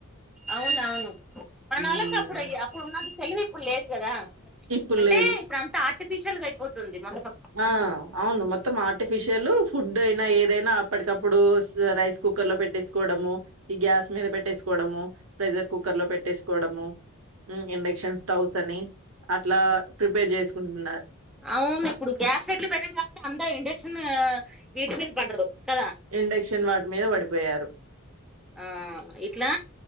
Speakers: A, in the centre; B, on the right.
A: అవునవును మన
B: హ్మ్.
A: ఓళ్ళకి అప్పుడు ఇ అప్పుడున్నంత తెలివి ఇప్పుడు లేదు గదా
B: ఇప్పుడు
A: అంటే
B: లేదు.
A: ఇప్పుడంతా ఆర్టిఫిషియల్ గా అయిపోతుంది మొత్తం
B: ఆ అవును మొత్తం ఆర్టిఫిషియల్ ఫుడ్ అయినా ఏదైనా అప్పటికప్పుడు స్ రైస్ కుక్కర్ లో పెట్టేసుకోవడము, ఈ గ్యాస్ మీద పెట్టేసుకోవడము ప్రెషర్ కుక్కర్ లో పెట్టేసుకోవడము ఇండక్షన్ స్టవ్స్ అని, అట్లా ప్రిపేర్ జేసుకుంటున్నారు.
A: అవును. ఇప్పుడు గ్యాస్ రేట్లు పెరిగింధంత అంతా ఇండక్షన్ వీటి మీద పడ్డరూ. కదా,
B: ఇండక్షన్ వాటి మీద పడిపోయారు.
A: ఆ ఇట్లా